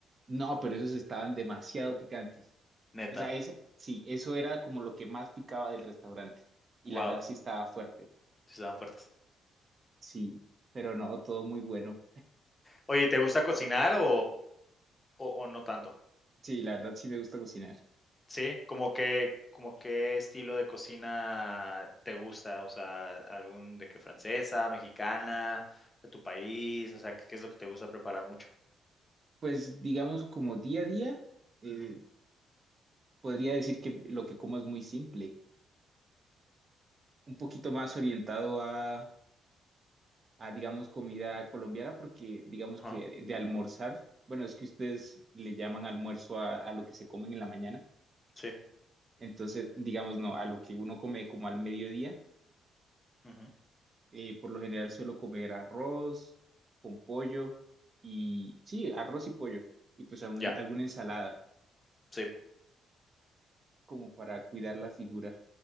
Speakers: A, on the right (about 40°); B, on the left (about 20°).
A: no, pero esos estaban demasiado picantes.
B: neta.
A: O sea, es, sí, eso era como lo que más picaba del restaurante, y
B: wow
A: la verdad sí estaba fuerte,
B: sí estaban fuertes.
A: sí, pero no, todo muy bueno.
B: Oye, ¿y te gusta cocinar o o o no tanto?
A: Sí, la verdad sí me gusta cocinar.
B: Sí, como que como qué estilo de cocina te gusta, o sea, algún de que francesa, mexicana, de tu país, o sea, ¿qué qué es lo que te gusta preparar mucho?
A: Pues digamos como día a día. eh,
B: Ujú,
A: podría decir que lo que como es muy simple, un poquito más orientado a, a, digamos, comida colombiana, porque digamos
B: ajá,
A: que de almorzar, bueno, es que ustedes le llaman almuerzo a, a lo que se comen en la mañana,
B: sí,
A: entonces, digamos, no, a lo que uno come como al mediodía,
B: ujú,
A: eh, por lo general suelo comer arroz con pollo y, sí, arroz y pollo, y pues algún-
B: ya,
A: alguna ensalada,
B: sí.
A: como para cuidar la figura.